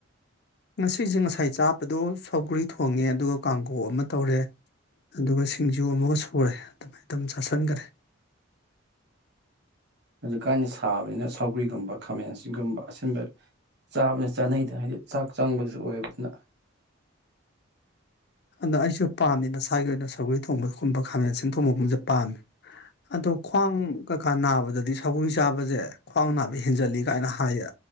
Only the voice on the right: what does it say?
ꯎꯝ ꯑꯗꯨꯀꯥꯏꯅ ꯁꯥꯕꯅꯤꯅ ꯁꯥꯎꯒ꯭ꯔꯤꯒꯨꯝꯕ ꯈꯥꯃꯦꯟ ꯑꯁꯤꯒꯨꯝꯕ ꯑꯁꯤꯨꯝꯕ ꯆꯥꯕꯅ ꯆꯥꯅꯩꯗ ꯍꯥꯏꯗꯤ ꯆꯥꯛ ꯆꯪꯕꯗꯨꯁꯨ ꯑꯣꯏꯕꯅꯤꯅ